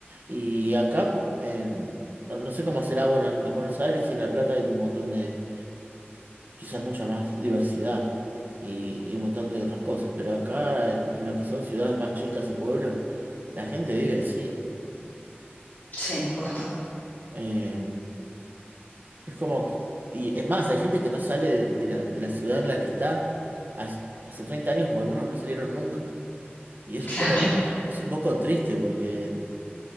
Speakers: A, on the right; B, on the left.
A: Y acá, en, no, no sé cómo será, bueno, en, en Buenos Aires y en La Plata hay un montón de, quizás mucha más diversidad y, y un montón de otras cosas, pero acá en, en lo que son ciudades más chicas y pueblos, la gente vive así.
B: Sí, imposto.
A: Eh, es como, que- y es más, hay gente que no sale de, de la, de la ciudad en la que está hace, hace 30 años o algunos no salieron nunca. Y es
B: <laughs> Claro.
A: un poco, es un poco triste porque